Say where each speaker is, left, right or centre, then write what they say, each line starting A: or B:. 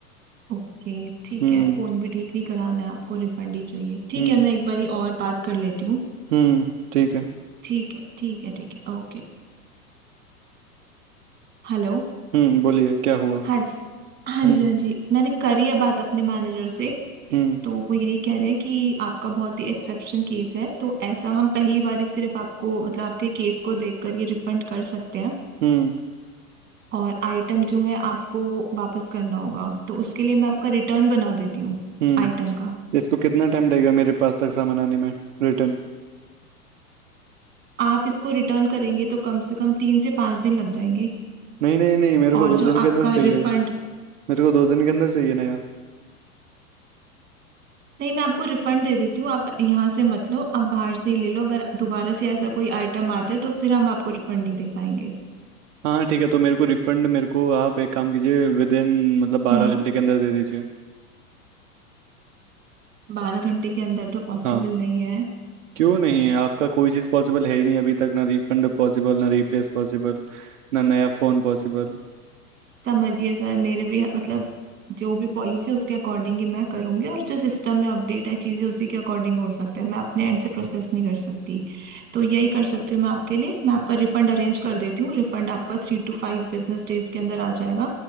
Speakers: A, on the right; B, on the right.
A: ओके ठीक
B: हम्म
A: है फोन भी ठीक नहीं कराना है आपको रिफंड ही चाहिए ठीक
B: हम्म
A: है मैं एक बारी और बात कर लेती हूँ
B: हम्म ठीक है
A: ठीक है ठीक है ठीक है ओके हेलो
B: हम्म बोलिए क्या हुआ
A: हाँ जी हाँ
B: हम्म
A: जी हाँ जी मैंने करी है बात अपने मैनेजर से
B: हम्म
A: तो वो यही कह रहे हैं कि आपका बहुत ही एक्सेप्शन केस है तो ऐसा हम पहली बार ही सिर्फ आपको मतलब आपके केस को देखकर ये रिफंड कर सकते हैं
B: हम्म
A: और आइटम जो है आपको वापस करना होगा तो उसके लिए मैं आपका रिटर्न बना देती हूँ
B: हम्म
A: आइटम का
B: इसको कितना टाइम लगेगा मेरे पास तक सामान आने में रिटर्न
A: आप इसको रिटर्न करेंगे तो कम से कम तीन से पांच दिन लग जाएंगे
B: नहीं नहीं नहीं मेरे को
A: और
B: दो
A: जो
B: दिन
A: आपका
B: के अंदर चाहिए
A: रिफंड
B: मेरे को दो दिन के अंदर चाहिए नया
A: नहीं मैं आपको रिफंड दे देती हूँ आप यहाँ से मत लो आप बाहर से ही ले लो अगर दोबारा से ऐसा कोई आइटम आता है तो फिर हम आपको रिफंड नहीं दे पाएंगे
B: हाँ ठीक है तो मेरे को रिफंड मेरे को आप एक काम कीजिए विद इन मतलब बारह
A: हम्म
B: घंटे के अंदर दे दीजिए
A: बारह घंटे के अंदर तो पॉसिबल
B: हाँ
A: नहीं है
B: क्यों नहीं है आपका कोई चीज़ पॉसिबल है ही नहीं अभी तक ना रिफंड पॉसिबल ना रिप्लेस पॉसिबल ना नया फ़ोन पॉसिबल
A: समझिए सर मेरे भी मतलब जो भी पॉलिसी है उसके अकॉर्डिंग ही मैं करूंगी और जो सिस्टम में अपडेट है चीजें उसी के अकॉर्डिंग हो सकता है मैं अपने एंड से प्रोसेस नहीं कर सकती तो यही कर सकती हूँ मैं आपके लिए मैं आपका रिफंड अरेंज कर देती हूँ रिफंड आपका थ्री टू फाइव बिजनेस डेज के अंदर आ जाएगा